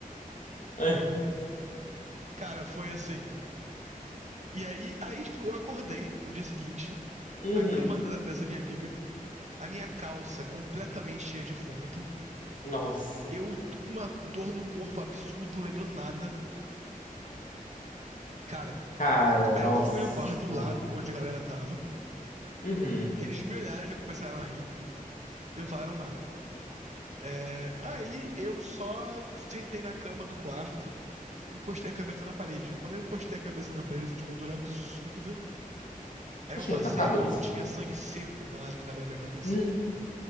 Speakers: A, on the left; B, on the right.
A: Ah,
B: Cara, foi assim. E aí, aí, tipo, eu acordei no dia seguinte,
A: Uhum.
B: na cama da- dessa minha amiga, a minha calça completamente cheia de vômito.
A: Nossa.
B: Eu com uma dor no corpo absurdo, não lembrando nada. Cara,
A: Cara,
B: aí
A: nossa.
B: eu fui no quarto do lado, onde a galera tava.
A: Uhum.
B: Eles me olharam e já começaram a rir. E não falaram nada. É, aí eu só sentei na cama do quarto, encostei a cabeça na parede. Quando eu encostei a cabeça na parede, eu senti uma dor absurda. Aí
A: Achei
B: eu passei
A: na cabeça.
B: a mão, tinha sangue seco na lateral da minha cabeça.
A: N-